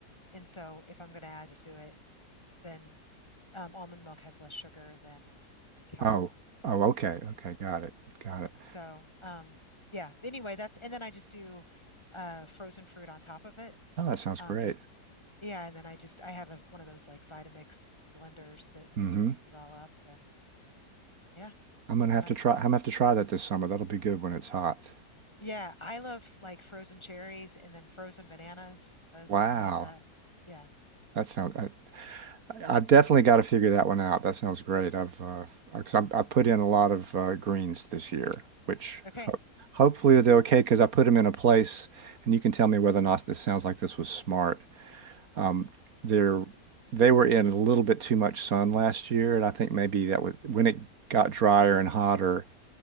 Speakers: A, on the left; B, on the right.
A: and so if I'm going to add to it, then um, almond milk has less sugar than like cow's
B: Oh.
A: milk.
B: Oh, okay. Okay, got it. Got it.
A: So um, yeah. Anyway, that's and then I just do uh, frozen fruit on top of it
B: Oh, that sounds
A: um,
B: great.
A: to yeah, and then I just I have a, one of those like Vitamix blenders that
B: Mm-hmm.
A: just blends it all up, and yeah,
B: I'm gonna
A: it's a
B: have
A: nice
B: to try.
A: kind.
B: I'm gonna have to try that this summer. That'll be good when it's hot.
A: Yeah, I love like frozen cherries and then frozen bananas. Those
B: Wow,
A: add that. Yeah.
B: that sounds. I, I definitely got to figure that one out. That sounds great. I've uh, because I, I put in a lot of uh, greens this year, which
A: Okay.
B: hopefully they're okay because I put them in a place, and you can tell me whether or not this sounds like this was smart. Um, they're they were in a little bit too much sun last year, and I think maybe that was when it got drier and hotter